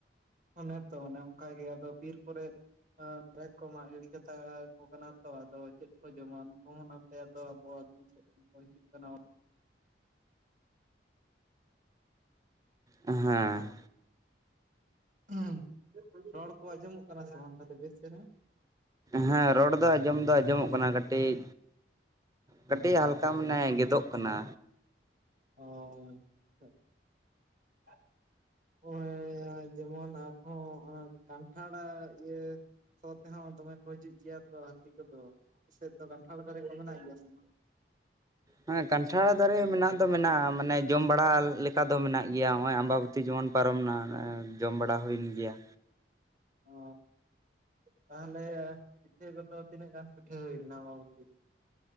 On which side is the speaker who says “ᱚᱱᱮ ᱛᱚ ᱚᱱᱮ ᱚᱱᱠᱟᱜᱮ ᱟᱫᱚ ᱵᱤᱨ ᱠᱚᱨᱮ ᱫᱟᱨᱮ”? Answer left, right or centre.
Right